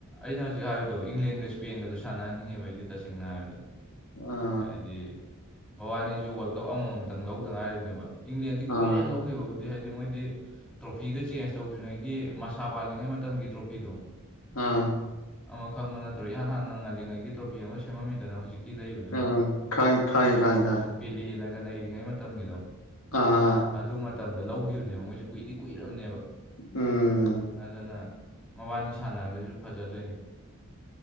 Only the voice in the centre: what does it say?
ꯑꯩꯅ ꯍꯧꯖꯤꯛ ꯍꯥꯏꯕꯗꯣ ꯏꯪꯂꯦꯟꯒ ꯏꯁꯄꯦꯟꯒꯗꯨ ꯁꯥꯟꯅꯍꯟꯅꯤꯡꯉꯦꯕ ꯑꯩꯗꯤ ꯇꯁꯦꯡꯅ ꯍꯥꯏꯕꯗ
ꯍꯥꯏꯗꯤ ꯃꯕꯥꯅꯤꯖꯨ ꯋꯥꯔꯜ ꯀꯞ ꯑꯃꯃꯝꯇꯪ ꯂꯧꯗ ꯉꯥꯏꯔꯤꯕꯅꯦꯕ ꯏꯪꯂꯦꯟꯗꯤ ꯀꯨꯏꯔꯦ
ꯂꯧꯈꯤꯕꯕꯨ ꯗꯤ ꯍꯥꯏꯗꯤ ꯃꯣꯏꯗꯤ ꯇ꯭ꯔꯣꯐꯤꯒ ꯆꯦꯟꯁ ꯇꯧꯗ꯭ꯔꯤꯉꯩꯒꯤ ꯃꯁꯥ ꯄꯥꯜꯂꯤꯉꯩ ꯃꯇꯝꯒꯤ ꯇ꯭ꯔꯣꯐꯤꯗꯣ
ꯑꯃ ꯈꯪꯕ ꯅꯠꯇ꯭ꯔꯣ ꯏꯍꯥꯟ ꯍꯥꯟꯅ ꯉꯜꯂꯤꯉꯩꯒꯤ ꯇ꯭ꯔꯣꯐꯤ ꯑꯃ ꯁꯦꯝꯃꯝꯃꯤꯗꯅ ꯍꯧꯖꯤꯛꯀꯤ ꯂꯩꯕ
ꯄꯦꯂꯦꯅꯒ ꯅꯩꯔꯤꯉꯩ ꯃꯇꯝꯒꯤꯗꯣ
ꯑꯗꯨ ꯃꯇꯝꯗ ꯂꯧꯒꯤꯕꯅꯦꯕ ꯃꯣꯏꯖꯨ ꯀꯨꯏꯗꯤ ꯀꯨꯏꯔꯝꯅꯦꯕ
ꯑꯗꯨꯅ ꯃꯕꯥꯅꯤ ꯁꯥꯟꯅꯔꯒꯖꯨ ꯐꯖꯗꯣꯏꯅꯦ